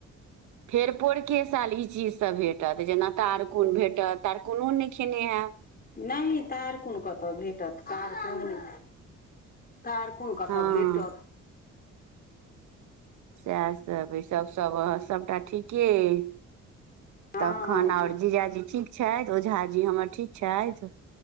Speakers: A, on the right; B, on the left.
A: फेर पौरके साल ई चीज तऽ भेटत जेना तारकून भेटत तारकूनो नै खेने हैब
B: नै तारकून कतऽ भेटत तारकून नै तारकून कतऽ
A: हँ
B: भेटत
A: सएह सब सब सब सभटा ठीके अए
B: हँ
A: तखन आओर जीजाजी ठीक छथि ओझाजी हमर ठीक छथि।